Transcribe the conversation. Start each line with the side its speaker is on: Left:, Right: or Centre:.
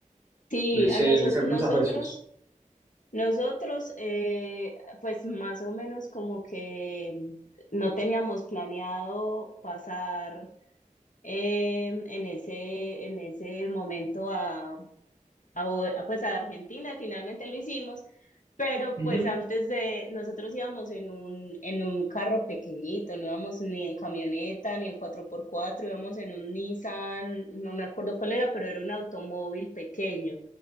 Left: Sí,
Right: lo hice,
Left: a noso-
Right: lo hice
Left: nosotros,
Right: muchas veces.
Left: nosotros, eh, pues más o menos como que no teníamos planeado pasar eh, en ese, en ese momento a a, o- a, pues a Argentina, y finalmente lo hicimos, pero
Right: Ujú.
Left: pues antes de nosotros íbamos en un, en un carro pequeñito, no íbamos ni en camioneta, ni en cuatro por cuatro íbamos en un Nissan, no me acuerdo cuál era, pero era un automóvil pequeño.